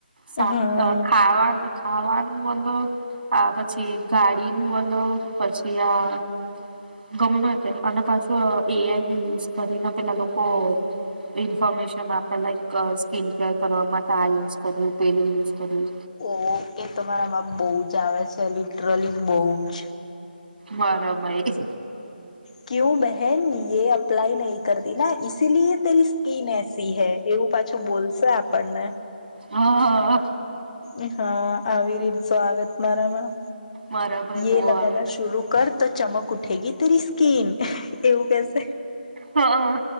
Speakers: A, on the right; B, on the left.
A: શાક
B: હા
A: અ ખાવા ખાવાનું મતલબ. આ પછી ગાડીનું અલગ... પછી આ... ગમે તેમ, અને પાછું એઆઈને યુઝ કરીને પેલા લોકો ઇન્ફોર્મેશન આપે, લાઈક અ... ક્વિક શેર કરવા માટે આ યુઝ કરવું, પેલું યુઝ... કરવું
B: ઓ એ તમારા બોજ આવે... છે, લિટ્રલિય બોજ.
A: મારા ભાઈ એ.
B: કયું બેન... એન્ડ એ અપ્લાય નહી. કરદીના ઇસ... ઇશિલીએ તેરી સ્કીિન એસી હૈ, એવું પાછું બોલશે આપણને.
A: હા
B: એ હા, આવી રીલ્સ આવે મારામાં.
A: મારા ભાઈ બો
B: એ લગાના
A: આવે
B: શુરૂ કર, તો ચમક ઉઠ... ઉઠેગી તેરી સ્કિન. એવું કેશે.
A: હા